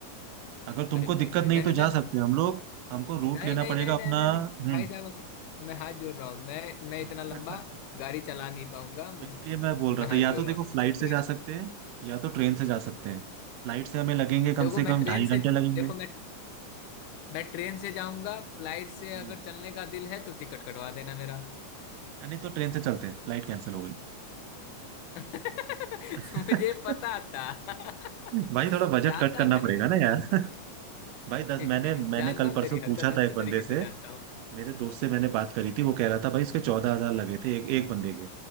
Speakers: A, on the right; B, on the left.
A: अगर तुमको
B: अरे
A: दिक्कत
B: भाई भाई
A: नहीं
B: नहीं नहीं
A: तो
B: नहीं
A: जा सकते हैं हम लोग हमको रूट
B: नहीं
A: लेना
B: नहीं
A: पड़ेगा
B: नहीं
A: अपना
B: नहीं नहीं नहीं,
A: हम्म
B: भाई साहब अपने- मैं हाथ जोड़ रहा हूँ मैं मैं
A: <laughs>
B: इतना लंबा गाड़ी चला नहीं पाऊंगा
A: तो
B: मैं
A: इसलिए मैं बोल रहा
B: हाथ
A: था या तो
B: जोड़
A: देखो
B: रहा
A: फ्लाइट
B: हूँ
A: से
B: ट्रेन
A: जा सकते हैं या तो ट्रेन से जा सकते हैं फ्लाइट से हमें लगेंगे कम
B: देखो
A: से
B: मैं
A: कम
B: ट्रेन
A: ढाई
B: से
A: घंटे लगेंगे
B: देखो मैं मैं ट्रेन से जाऊंगा फ्लाइट से
A: हम्म
B: अगर चलने का दिल है तो टिकट कटवा देना मेरा
A: अ, नहीं तो ट्रेन से चलते हैं फ्लाइट कैंसिल हो गई
B: <laughs>
A: <laughs>
B: मुझे पता था <laughs>
A: भाई थोड़ा बजट
B: जानता
A: कट करना
B: हूँ तेरी
A: पड़ेगा
B: हरकत
A: ना यार <laughs> भाई दस
B: मैं
A: मैंने
B: <laughs>
A: मैंने
B: जानता
A: कल
B: हूँ
A: परसों
B: तेरी हरकत
A: पूछा था
B: अच्छी
A: एक
B: तरीके
A: बंदे
B: से
A: से
B: जानता हूँ
A: मेरे दोस्त से मैंने बात करी थी वो कह रहा था भाई इसके चौदह हजार लगे थे एक एक बंदे के